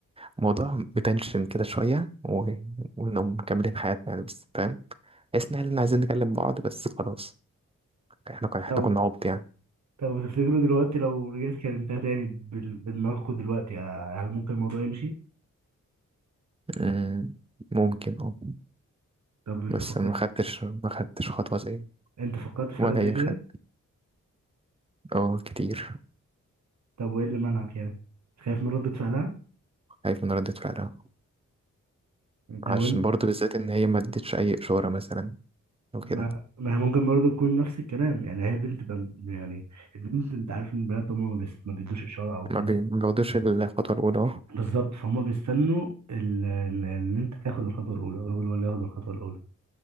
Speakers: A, on the right; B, on the right.
A: موضوع بتنشن كده شوية و... وإنهم مكملين حياتنا يعني بس فاهم تحس إن احنا عايزين نكلم بعض بس خلاص احنا كنا احنا
B: طب
A: كنا عبط يعني
B: طب تفتكروا دلوقتي لو رجعت كلمتها تاني بال- بدماغكوا دلوقتي هل ممكن الموضوع يمشي؟
A: أمم، ممكن اه
B: طب انت
A: بس
B: فكرت
A: ما خدتش ما خدتش خطوة زي
B: انت فكرت في حاجه
A: ولا
B: زي
A: أي
B: كده؟
A: خد اه كتير
B: طب وايه اللي منعك يعني؟ خايف من ردة فعلها؟
A: خايف من ردة فعلها
B: طب
A: عشان برضو بالذات إن هي ما ادتش أي إشارة مثلا أو
B: ما
A: كده
B: ما هي ممكن برضه تكون نفس الكلام يعني هي بنت بم... يعني البنت انت عارف ان البنات هم ما, بيس... ما بيدوش اشاره او كده
A: ما بي- ما بياخدوش الخطوة الأولى اه
B: بالظبط فهم بيستنوا ال... ان إن انت تاخد الخطوه الاولى الراجل هو اللي ياخد الخطوه الاولى